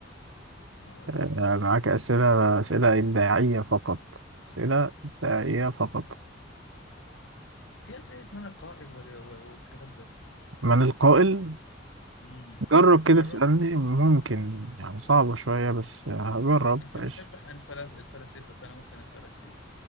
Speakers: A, on the left; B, on the right.
A: أقول
B: آه،
A: لك انتظرني
B: معاك أسئلة أسئلة إبداعية
A: قليلا.
B: فقط أسئلة إبداعية فقط
A: في أسئلة من القائل ولا- و- والكلام ده
B: من القائل
A: امم
B: جرب
A: تجرب
B: كده اسألني ممكن يعني صعبة شوية بس هجرب
A: أنت
B: ماشي
A: بتحب عن فلس- الفلاسفة فأنا ممكن أسألك دي